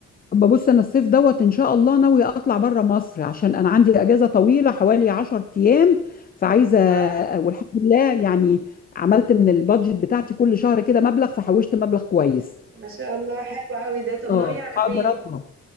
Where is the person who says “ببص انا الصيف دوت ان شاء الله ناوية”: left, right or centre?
Left